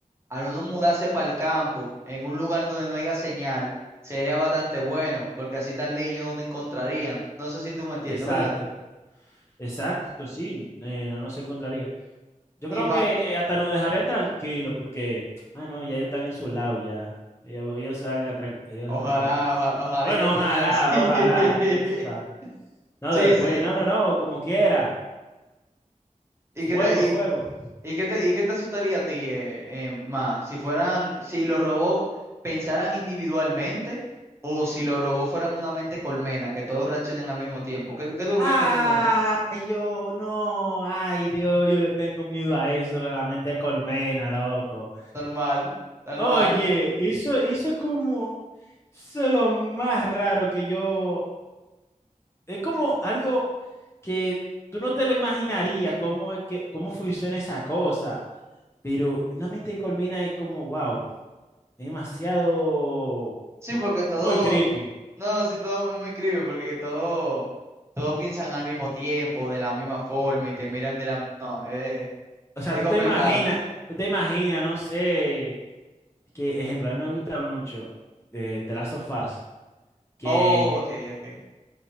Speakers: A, on the right; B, on the left.
A: al uno mudarse para el campo, en un lugar donde no haya señal, sería bastante bueno, porque así tal vez ellos no te encontrarían. No sé si tú me entiendes,
B: exacto,
A: ¿verdad?
B: exacto, sí, eh, no, no se encontraría. Yo
A: Y
B: creo
A: fa-
B: que hasta nos dejarían tranquilos porque, ah, no, ya ellos están en su lado ya. Ellos, ellos se van a tran- ellos
A: ojalá,
B: se van a tranquilizar.
A: ojalá, ojalá
B: Bueno,
A: y que funcione
B: <laughs> ojalá,
A: así. <laughs>
B: ojalá, yo tú sabes. No,
A: Sí,
B: después,
A: sí.
B: no, no, no, como quiera.
A: ¿Y
B: Fuego,
A: qué te,
B: fuego.
A: y, y qué te, y qué te asustaría a ti eh, eh, más? Si fueran, si los robots pensaran individualmente o si los robots fueran una mente colmena, que todos reaccionen al mismo tiempo. ¿Qué, qué tú
B: Ay,
A: crees que te asusta más?
B: yo no, ay Dios, yo le tengo miedo a eso, la mente de colmena, loco.
A: Tal mal, tal
B: Oye,
A: mal.
B: eso, eso es como, eso es lo más raro que yo es como algo que tú no te lo imaginarías cómo es que, cómo funciona esa cosa, pero una mente de colmena es como, wow, es demasiado
A: Sí, porque todo,
B: muy creepy.
A: no, sí, todo es muy creepy, porque todo, todo piensan al mismo tiempo, de la misma forma, y te miran de la, no, eh,
B: O sea,
A: es
B: tú
A: complicado.
B: te imaginas, tú te imaginas, no sé, que ejemplo, a mí me gusta mucho eh, The Last of Us, que
A: Oh, ok, ok.